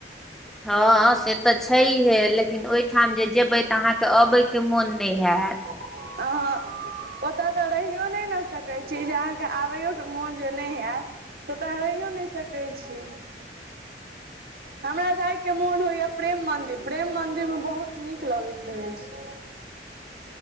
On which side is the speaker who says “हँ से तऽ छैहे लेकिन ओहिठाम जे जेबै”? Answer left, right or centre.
Centre